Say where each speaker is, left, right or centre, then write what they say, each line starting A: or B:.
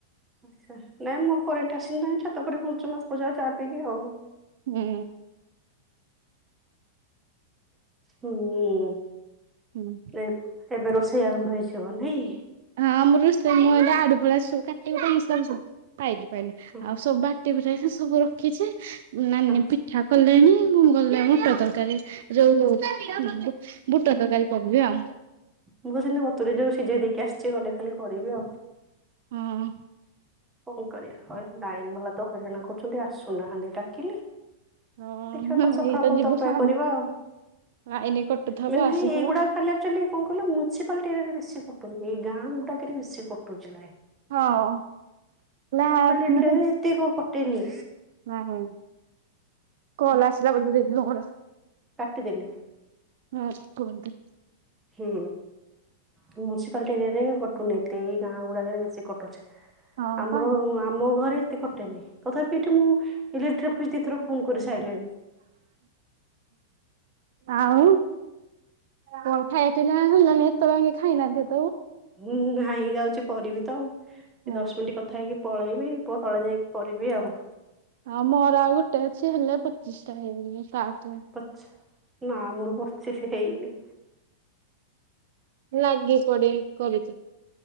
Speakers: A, on the right; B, on the right.
A: ଆଛା ନାଇଁ ମୋର କରେଣ୍ଟ ଆସି ନାଁ ଛାତ ଉପରେ ବୁଲୁଚୁ ମା ପୁଅ ଯାକ ଚା ପିଇକି ଆଉ।
B: ହୁଁ।
A: ହୁଁ
B: ହୁଁ ହଁ
A: ଏବ ଏବେ ରୋ ସେଇ ଆରମ୍ଭ ହୋଇଯିବ ନାଇଁ
B: ହଁ ଆମର ରୋଷେଇ ମୁଁ ଏନା ଆଳୁ ପୁଳା ସବୁ କାଟିକୁଟା ମସଲା ବି ସବୁ ପାଇଲି ପାଇଲେ
A: ହଁ
B: ଆଉ ସବୁ ବାଟି ବୁଟା କିନା ସବୁ ରଖିଛି ନାନୀ
A: ହଁ
B: ପିଠା କଲେଣି ମୁଁ ଗଲେ ବୁଟ ତରକାରୀ ଯୋଉ ବୁ ବୁଟ ତରକାରୀ କରିବି ଆଉ
A: ମୁଁ ପା ସେନ୍ତି ବତୁରେ ଯୋଉ ସିଝେଇ ଦେଇକି ଆସିଛି ଗଲେ ଖାଲି କରିବି ଆଉ
B: ହଁ।
A: କଣ କରିବା ହ ଲାଇନ ବାଲା ତ ହଇରାଣ କରୁଚନ୍ତି ଆସୁନାହାନ୍ତି ଡାକିଲେ
B: ହଁ
A: ଦେଖିବା କାଲି ସକାଳ
B: ଏଇତ
A: ପର୍ଯ୍ୟନ୍ତ
B: ଯିବୁ
A: ଅପେକ୍ଷା
B: ସା-
A: କରିବା ଆଉ
B: ଆଇନି କଟୁଥବ
A: ନାଇଁ
B: ଆସୁଥବ।
A: ଏଇଗୁଡା ଖାଇଲେ ଆକ୍ଚୁଆଲି କଣ କହିଲ ମୁଁ ଛିପ ପଲଟି ଏରିଆରେ ବେଶୀ କଟୁନି ଏଇ ଗାଁ ଗୁଡାକରେ ବେଶୀ କଟୁଚି ଲାଇନ୍।
B: ହଁ। <unintelligible>
A: ଏରିଆରେ ଏତେ କଟେନି
B: ନାହିଁ କଲ୍ ଆସିଲା ବୋଧେ ଦିଦି ତମର?
A: କାଟିଦେଲି
B: ଫାଷ୍ଟ କୁହନ୍ତୁ
A: ହୁଁ ମୁୁନିସିପାଲିଟି ଏରିଆରେ କଟୁନି ଏତେ ଏଇ ଗାଁ ଗୁଡାକରେ ବେଶୀ କଟୁଛି।
B: ହଁ
A: ଆମର
B: ପା।
A: ଆମ ଘରେ ଏତେ କଟେନି ତଥାପି ଏଠି ମୁଁ ଇଲେକ୍ଟ୍ରି ଅଫିସ୍ ଦି ଥର ଫୋନ କରି ସାରିଲିଣି
B: ଆଉ କଣ ଖାଇବା ପିନା ହେଲାଣି ଏତବଳ ଆଙ୍କେ ଖାଇନାନ୍ତି ଦେ
A: ହୁଁ ନାଇଁ ଯାଉଛି କରିବି ତ ଆଉ
B: ହୁଁ।
A: ଦଶ ମିନିଟ୍ କଥା ହେଇକି ପଳେଇବି ପ ତଳେ ଯାଇକି କରିବି ଆଉ
B: ଆଉ ମୋର ଆଉ ଗୋଟେ ଅଛି ହେଲେ ପଚିଶ ଟା ହେଇଯିବ <unintelligible>
A: ପଛ ନା ମୋର ପଚିଶି ହେଇନି
B: ଲାଗି ପଡ଼ି କରିଚି